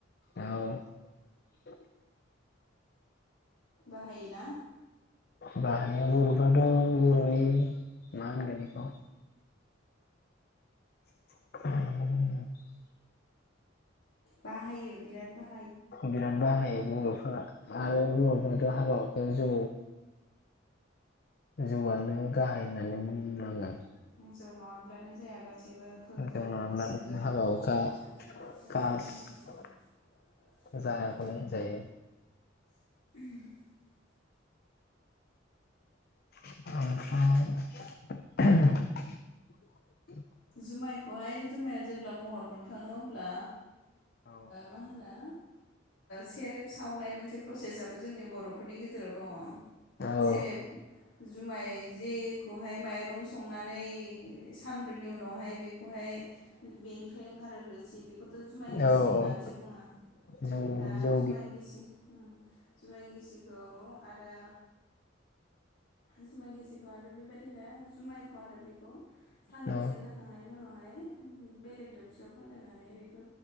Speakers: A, on the left; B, on the left.
A: औ। <inaudible>
B: बाहायोना?
A: बाहायो बर'फ्राथ' बर'नि मा होनगोन बेखौ। <inaudible>
B: बाहायो। <inaudible> बिराद ब <inaudible>
A: बिराद बाहायो। मनो <inaudible> आ <inaudible> हाबा ज <inaudible> जौआनो गाहाय होननानै बुंनांगोन।
B: <inaudible> जौ नङाब्लानो जाया गासैबो फोरबो
A: जौ नङाब्लानो
B: गाैबो हलामा
A: हाबा हुखा
B: खान्थिफोरावनो गासैबो
A: कासफोरा
B: नांगौ जाया
A: जायाखौनो होनजायो
B: <inaudible>
A: <inaudible>
B: जुमाइखौहाय जुमाया जेब्ला महर मोनखाङो अब्ला
A: औ
B: मा होनो सेरेब सावनाय मोनसे प्रसेसआबो जोंनि बर'फोरनि गेजेराव दङ
A: औ औ
B: सेरेब जुमाय जेखौहाय माइरं संनानै सान फोरनि उनावहाय बेखौहाय बेनिफ्राय ओंखारो। बे खौथ' जुमाय गिसि
A: औ
B: होननानैसो बुङो
A: जौ
B: दा
A: जौ
B: जुमाय गिसि <inaudible> जुमाय गिसिखौ आरो जुमाय गिसिखौ आरो बेबायदिनो जुमायखौ आरो बेखौ <inaudible> सानब्रैसो
A: औ
B: जाखांनायनि उनावहाय बेलेग दोबसियाव फालायनानै बेखौ